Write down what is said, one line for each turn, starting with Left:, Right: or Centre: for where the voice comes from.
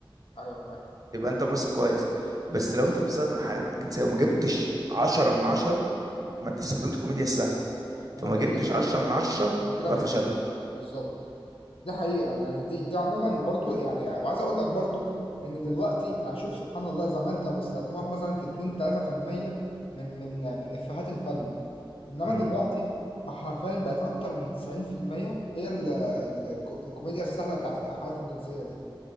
Left: أيوه فاهم
Right: يبقى انت ممثل كويس بس لو انت بتستخدم إيحاءات جنسية وما جبتش عشرة من عشرة ما انت استخدمت كوميديا السهلة
Left: وما
Right: فما
Left: نجحش
Right: جبتش
Left: فيها
Right: عشرة من عشرة
Left: أنت كده
Right: تبقى
Left: فاشل
Right: فشلت
Left: بالظبط ده حقيقة يعني دي دي عموما برضو يعني وعايز اقول لك برضو ان دلوقتي يعني شوف سبحان الله زمان كانوا بيستخدموها في مثلا في 2 3% من من من افيهات الفن انما
Right: مم.
Left: دلوقتي بقى حرفيا بقت اكتر من 90% هي ال ال الكو- الكوميديا السهلة بتاعت الإيحاءات الجنسية دي